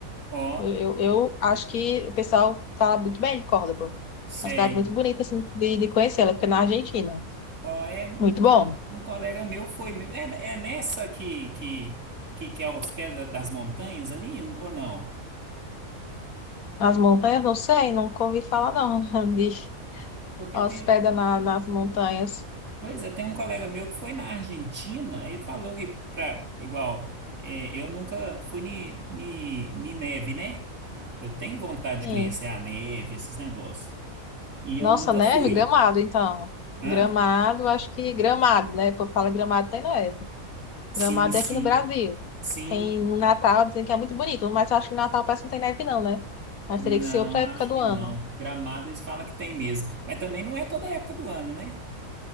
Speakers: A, on the right (about 80°); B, on the left (about 85°).
A: Ó,
B: Eu, eu, eu acho que o pessoal fala muito bem de Córdoba.
A: sei.
B: Uma cidade muito bonita, assim, de, de conhecer, ela fica na Argentina.
A: Ó, é um,
B: Muito
A: cole-
B: bom.
A: um colega meu foi mesmo. É, é nessa que, que, que, que é aos pés da- das montanhas ali, ou não?
B: As montanhas, não sei, nunca ouvi falar, não, <laughs> de
A: Porque
B: hospeda
A: tem.
B: na, nas montanhas.
A: Pois é, tem um colega meu que foi na Argentina, ele falou que, pra, igual, é, eu nunca fui ni, ni, ni neve, né? Eu tenho vontade
B: Sim.
A: de conhecer a neve, esses negócios. E eu
B: Nossa,
A: nunca
B: neve,
A: fui.
B: Gramado, então.
A: Hã?
B: Gramado, acho que Gramado, né? Por falar Gramado tem neve.
A: Sim,
B: Gramado
A: sim.
B: é aqui no Brasil.
A: Sim.
B: Tem no Natal, dizem que é muito bonito, mas eu acho que no Natal parece que não tem neve, não, né? Mas
A: Não,
B: teria que ser outra época
A: acho
B: do
A: que
B: ano.
A: não. Gramado eles falam que tem mesmo, mas também não é toda época do ano, né?